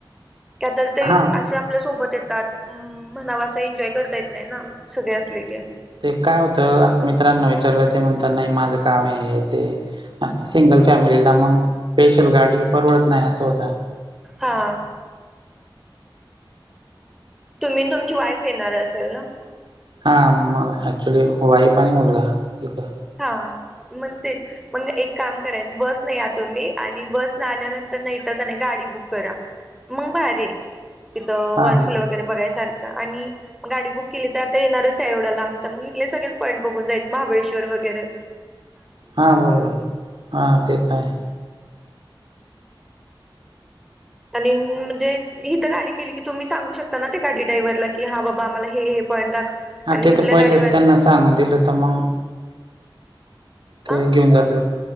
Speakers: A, in the centre; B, on the right.
A: का तर ते
B: हां
A: असे आपल्या सोबत येतात हम्म म्हणावा असं एन्जॉय करता येत नाही ना सगळे असले की
B: ते काय होतं, मित्रांना विचारलं. ते म्हणतात नाही माझं काम आहे ते. सिंगल फॅमिलीला मग पेशल गाडी परवडत नाही असं होतंय.
A: हा तुम्ही आणि तुमची वाईफ येणार असेल ना?
B: हा मग ऍक्चुली वाईफ आणि मुलगा ठीक हाय.
A: हा मंग तेच मग एक काम करायचं बसने या तुम्ही आणि बसन आल्यानंतर नाही तर का नाही गाडी बुक करा. मग भारी आहे इथं
B: हां
A: वर
B: मग
A: फुल वगैरे बघाय सारखं आणि गाडी बुक केली तर आता येणारच हाय एवढ्या लांब, तर मग घेतले सगळेच पॉईंट बघून जायचं. महाबळेश् दर वगैरे
B: हा बरोबर, हा तेच हाय.
A: आणि म्हणजे हिथं गाडी गेली की तुम्ही सांगू शकता ना त्या गाडी ड्रायव्हरला, की हा बाबा आम्हाला हे पॉईंट दाख
B: हा
A: आणि
B: तिथं
A: इथल्या
B: पहिलेच
A: गाडीवाली
B: त्यांना सांगू दिलं तर मग? ते
A: अ
B: घेऊन जातील,